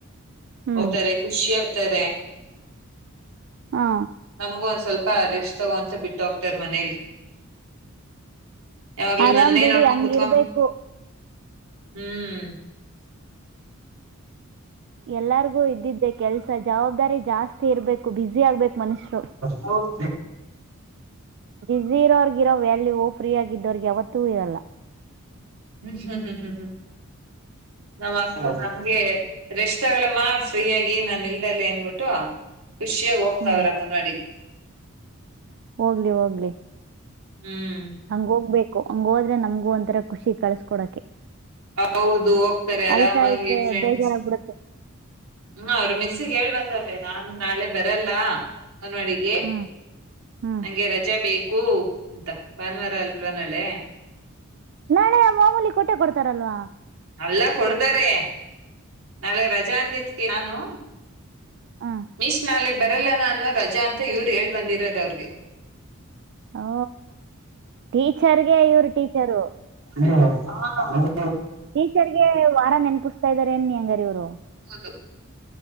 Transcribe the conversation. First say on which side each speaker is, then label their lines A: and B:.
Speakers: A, on the right (about 55°); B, on the right (about 80°).
A: ಹ್ಮ್
B: ಹೋತ್ತಾರೆ ಖುಷಿಯ್ ತ್ತಾರೆ
A: ಹಾ
B: ನಮಗು ಒಂದ್ ಸ್ವಲ್ಪ ರೆಸ್ಟ್ ತಗೋ ಅಂತ ಬಿಟ್ಟ್ ಹೋಗ್ತರ್ ಮನೇಲಿ ಯಾವಾಗ್ಲೂ
A: ಆರಾಮ್
B: ನಾನೆ
A: ಬಿಡಿ
B: ನೋಡ್ಕೊಂಡ್
A: ಹಂಗಿರ್ಬೇಕು
B: ಕುತ್ಕೊ ಹ್ಮ್
A: ಎಲ್ಲಾರಿಗೂ ಇದ್ದಿದ್ದೆ ಕೆಲಸ ಜವಾಬ್ದಾರಿ ಜಾಸ್ತಿ ಇರ್ಬೇಕು. ಬಿಸಿ ಆಗ್ಬೇಕು ಮನುಷ್ಯರು
B: ಹೌದ್
A: ಬಸಿ ಇರೋರ್ಗಿರೋ ವ್ಯಾಲ್ಯವೂ ಫ್ರೀ ಆಗಿದ್ದೋರಿಗೆ ಯಾವತ್ತೂ ಇರಲ್ಲ
B: ಹ್ಮ್ ಹ್ಮ್ ಹ್ಮ್ ಹ್ಮ್ ಹ್ಮ್ ನಮಸ್ ಹಂಗೆ ರೆಸ್ಟ್ ತಗಳಮ್ಮ ಫ್ರೀ ಆಗಿ ನಾನ್ ಇಲ್ದಾಲೆ ಅನ್ಬಿಟ್ಟು ಖುಷಿಯಾಗಿ ಹೋಗ್ತ
A: ಹ್ಮ್
B: ಅವ್ರ ಅಂಗನವಾಡಿಗೆ
A: ಹೋಗ್ಲಿ ಹೋಗ್ಲಿ
B: ಹ್ಮ್
A: ಹಂಗ ಹೋಗ್ಬೇಕು ಹಂಗ ಹೋದ್ರೆ ನಮ್ಗೂ ಒಂತರ ಖುಷಿ ಕಳ್ಸ್ಕೊಡಕೆ
B: ಹೌದು ತ್ತಾರೆ
A: ಅಳ್ತಾ
B: ಆರಾಮಾಗಿ
A: ಇದ್ರೆ
B: ಫ್ರೆಂಡ್ಸ್
A: ಬೇಜಾರಾಗ್ಬಿಡುತ್ತೆ
B: ಹೂ ಅವರು ಮಿಸ್ಸ್ಗೆ ಹೇಳ್ ಬಂದ್ ನಾನು ನಾಳೆ ಬರಲ್ಲ ಅಂಗನವಾಡಿಗೆ
A: ಹ್ಮ್ ಹ್ಮ್
B: ನಂಗೆ ರಜೆ ಬೇಕ್. ಕು ಅಂತ ಭಾನುವಾರ ಅಲ್ವಾ ನಾಳೆ
A: ನಾಳೆ ಮಾಮೂಲಿ ಕೊಟ್ಟೆ ಕೊಡ್ತಾರಲ್ಲಾ
B: ಅಲ್ಲ ಕೊಡ್ತಾರೆ ನಾಳೆ ರಜಾ ಅಂದಿದ್ಕೆ ನಾನು
A: ಹ
B: ಮಿಸ್ ನಾಳೆ ಬರಲ್ಲ ನಾನು ರಜಾ ಅಂತ ಇವ್ರು ಹೇಳ್ ಬಂದಿರೋದ ಅವ್ರಿಗೆ
A: ಓ ಟೀಚರ್ ಗೆ ಇವರು ಟೀಚರು
B: ಹ್ಮ ಹ
A: ಟೀಚರ್ಗೆ ವಾರ ನೆನಪಿಸ್ತಾ ಇದ್ದಾರೆ ಅನಿ ಹಂಗಾರೆ ಇವ್ರು
B: ಹೌದು